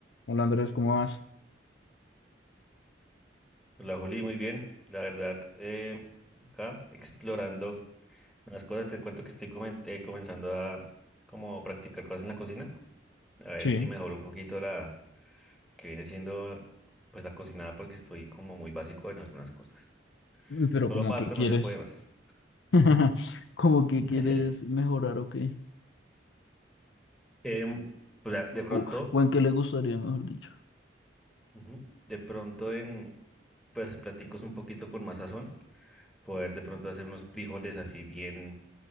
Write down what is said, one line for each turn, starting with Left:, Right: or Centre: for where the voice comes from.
Left: Hola Andrés, ¿cómo vas?
Centre: Hola Juli, muy bien. La verdad, eh, acá explorando unas cosas, te cuento que estoy comen- eh, comenzando a como practicar cosas en la cocina, a ver
Left: Sí,
Centre: si mejoro un poquito la que viene siendo pues la cocinada porque estoy como muy básico en algunas cosas.
Left: Uy, pero
Centre: Solo
Left: como
Centre: pasta
Left: que quieres,
Centre: no se puede más.
Left: <laughs> como que
Centre: <laughs>
Left: quieres mejorar o qué?
Centre: Em, pues, ah, de pronto,
Left: O, o en qué le gustaría, mejor dicho.
Centre: ujú, de pronto en pues platicos un poquito con más sazón, poder de pronto hacer unos frijoles así bien